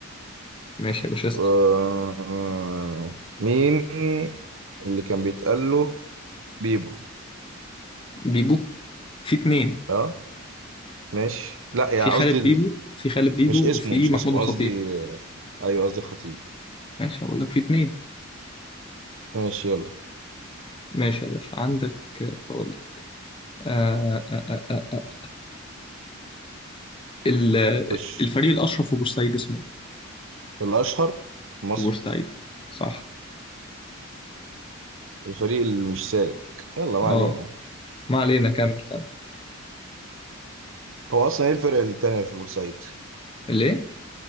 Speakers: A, on the left; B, on the right.
A: ماشي يا باشا اسطى
B: آه، مين اللي كان بيتقال له بيبو
A: بيبو في اتنين
B: اه ماشي لا يعني
A: في خالد
B: قصدي ال-
A: بيبو في خالد بيبو
B: مش اسمه
A: وفي
B: مش
A: محمود
B: اسمه
A: الخطيب
B: قصدي آه، ايوه قصدي خطيب
A: ماشي هقول لك في اتنين
B: ماشي يلا
A: ماشي يا باشا عندك هقول لك آه آه آه آه. ال-
B: خش
A: الفريق الأشهر في بورسعيد اسمه إيه؟
B: الاشهر في مصر
A: في بورسعيد صح
B: الفريق اللي مش سالك يلا ما
A: اه
B: علينا
A: ما علينا كمل كمل
B: هو اصلا ايه الفرق التانية في بورسعيد
A: ليه؟